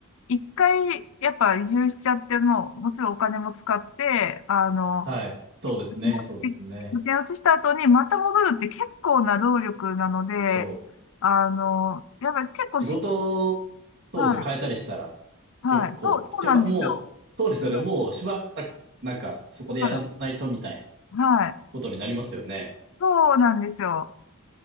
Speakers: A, on the left; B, on the right.
A: 一回、やっぱ移住しちゃっても、もちろんお金も使って、あの、
B: はい。そうですね、
A: も
B: そうですね。
A: う移した後にまた戻るって結構な労力なので、
B: そう。
A: あの、やっぱり結構し、
B: 仕事、そうですね、
A: は
B: 変えたりしたら、
A: い、
B: 結構、
A: はい、そう、そうなんですよ。
B: しば、もう、そうですよね。
A: はい、
B: もうしばらく、なんか、そこでやらないとみたいな
A: はい、はい
B: ことになりますよね。
A: そうなんですよ。